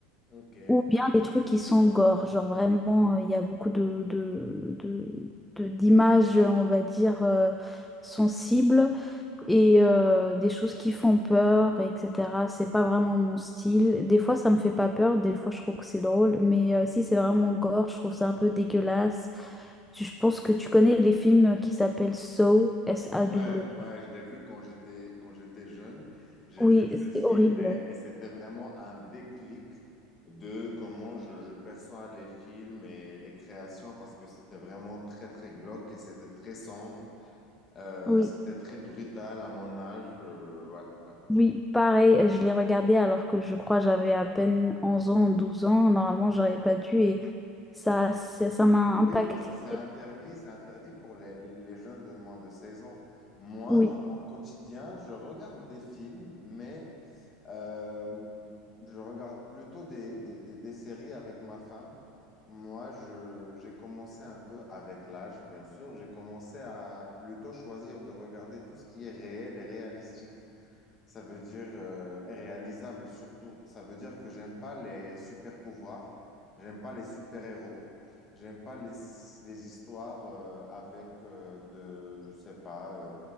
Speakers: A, on the left (about 25°); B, in the centre.
A: Ok.
B: Ou bien les trucs qui sont gore. Genre vraiment, euh, il y a beaucoup de, de, de, de- d'images, on va dire, euh, sensibles et euh, des choses qui font peur, etc. C'est pas vraiment mon style. Des fois, ça me fait pas peur, des fois, je trouve que c'est drôle, mais euh, si c'est vraiment gore, je trouve ça un peu dégueulasse. Tu- Je pense que tu connais les films qui s'appellent Saw, S-A-W.
A: Ouais, ouais, je l'ai vu quand j'étais quand j'étais jeune. J'ai
B: Oui,
A: vu ce film
B: c'est horrible.
A: et, et c'était vraiment un déclic de comment je, je perçois les films et les créations parce que c'était vraiment très, très glauque et c'était très sombre. Euh,
B: Oui.
A: c'était très brutal à mon âge. euh, ouais, ouais.
B: Oui, pareil, je l'ai regardé alors que je crois j'avais à peine 11 ans, 12 ans. Normalement, j'aurais pas dû et ça, ça, ça m'a impacté.
A: Oui, parce que c'est interdit, c'est interdit pour les, les- les jeunes de moins de 16 ans. Moi,
B: Oui.
A: dans mon quotidien, je regarde des films, mais euh, je regarde plutôt des, des, des- des séries avec ma femme. Moi, je, j'ai commencé un peu avec l'âge, bien sûr. J'ai commencé à plutôt choisir de regarder tout ce qui est réel et réalistique. Ça veut dire euh, et réalisable surtout. Ça veut dire que j'aime pas les super pouvoirs, j'aime pas les super héros, j'aime pas les, les histoires euh, avec euh, de, je sais pas, euh,